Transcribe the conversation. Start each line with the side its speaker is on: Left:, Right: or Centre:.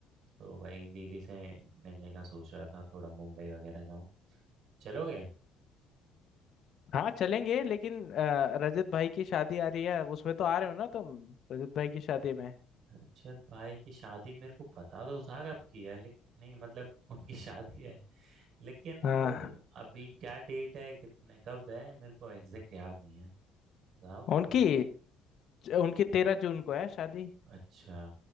Right: तो वही दीदी से मिलने का सोच रहा था थोड़ा मुंबई वगैरह जाऊं चलोगे
Left: हाँ चलेंगे लेकिन अ, रजत भाई की शादी आ रही है उसमें तो आ रहे हो ना तुम रजत भाई की शादी में
Right: रजत भाई की शादी मेरे को पता तो था कब की है लेकिन नहीं मतलब <laughs> उनकी शादी है लेकिन
Left: हाँ
Right: वो तो अभी क्या डेट है कितने कब है मेरे को एग्जैक्ट याद नहीं है बताओगे
Left: उनकी
Right: थोड़ा
Left: उनकी तेरह जून को है शादी
Right: अच्छा